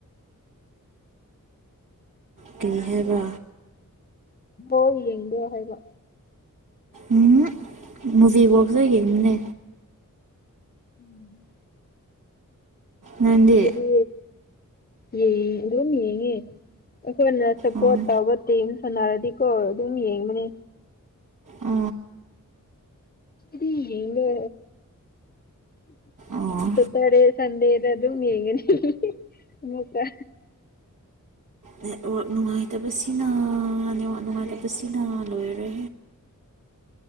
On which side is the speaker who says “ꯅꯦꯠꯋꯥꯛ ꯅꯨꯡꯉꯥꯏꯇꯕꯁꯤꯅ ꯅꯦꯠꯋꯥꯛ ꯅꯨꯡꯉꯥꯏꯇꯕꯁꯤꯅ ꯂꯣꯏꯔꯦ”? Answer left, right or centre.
Right